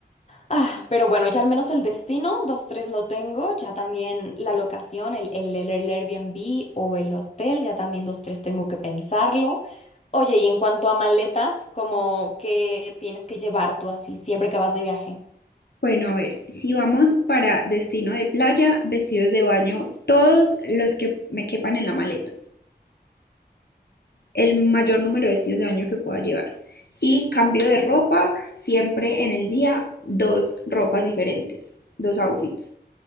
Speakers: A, on the left; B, on the left.
A: Ah, pero bueno, ya al menos el destino, dos, tres lo tengo, ya también la locación, el, el, el el Airbnb o el hotel, ya también dos, tres tengo que pensarlo. Oye, y en cuanto a maletas, como que tienes que llevar tú así siempre que vas de viaje?
B: Bueno, a ver, si vamos para destino de playa, vestidos de baño, todos los que me quepan en la maleta, el mayor número de vestidos de baño que pueda llevar. Y cambio de ropa, siempre en el día, dos ropas diferentes, dos outfits.